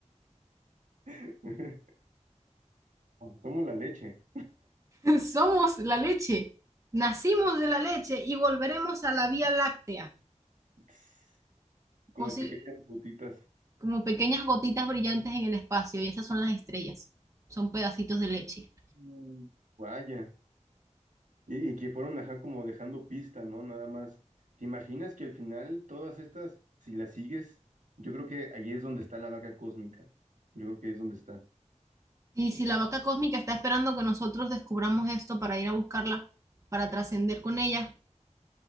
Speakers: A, on the right; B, on the right.
A: <laughs> Somos la leche.
B: <laughs> Somos la leche, nacimos de la leche y volveremos a la Vía Láctea,
A: Tss, Como
B: posi-
A: pequeñas gotitas.
B: como pequeñas gotitas brillantes en el espacio y esas son las estrellas, son pedacitos de leche.
A: Mm, Vaya. Y, y que fueron, ajá, como dejando pista, ¿no? Nada más. ¿Te imaginas que al final todas estas, si las sigues, yo creo que ahí es donde está la vaca cósmica. Yo creo que ahí es donde está.
B: Y si la vaca cósmica está esperando que nosotros descubramos esto para ir a buscarla, para trascender con ella,